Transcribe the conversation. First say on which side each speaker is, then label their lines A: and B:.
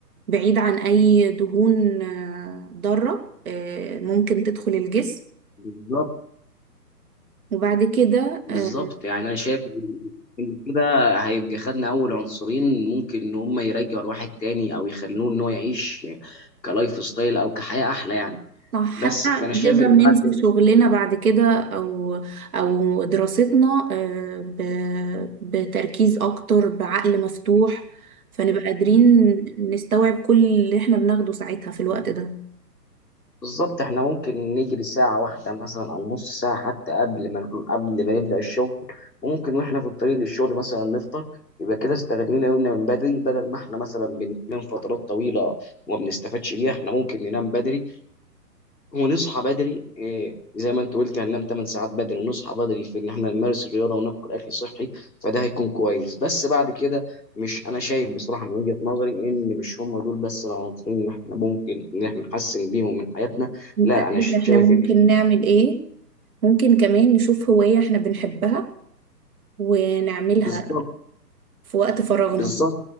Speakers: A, on the right; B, on the left.
A: بعيد عن اي دهون آه، ضارة آه، ممكن تدخل الجسم
B: بالظبط
A: وبعد كده
B: بالظبط
A: آه،
B: يعني انا شايف ان إن كده هيبقى خدنا اول عنصرين ممكن ان هم يرجعوا الواحد تاني او يخلوه ان هو يعيش كلايف ستايل او كحياه احلى يعني
A: صح
B: بس
A: حتى نقدر
B: فانا شايف ان
A: ننزل
B: بعد
A: شغلنا بعد كده او او دراستنا آه، ب- بتركيز اكتر بعقل مفتوح فنبقى قادرين نستوعب كل اللي احنا بناخده ساعتها في الوقت ده
B: بالظبط احنا ممكن نجري ساعة واحدة مثلا أو نص ساعة حتى قبل ما قبل ما نبدأ الشغل وممكن واحنا في الطريق للشغل مثلا نفطر يبقى كده استغلينا يومنا من بدري بدل ما احنا مثلا بننام فترات طويلة وما بنستفادش بيها احنا ممكن ننام بدري ونصحى بدري إيه، زي ما انت قلت هننام 8 ساعات بدري ونصحى بدري في ان احنا نمارس الرياضه وناكل اكل صحي فده هيكون كويس بس بعد كده مش انا شايف بصراحه من وجهه نظري ان مش هم دول بس العناصرين اللي احنا ممكن ان احنا نحسن بيهم من حياتنا
A: انت
B: لا
A: عارف
B: انا شايف
A: احنا ممكن
B: ان
A: نعمل ايه ممكن كمان نشوف هواية احنا بنحبها ونعملها
B: بالظبط
A: في وقت فراغنا
B: بالظبط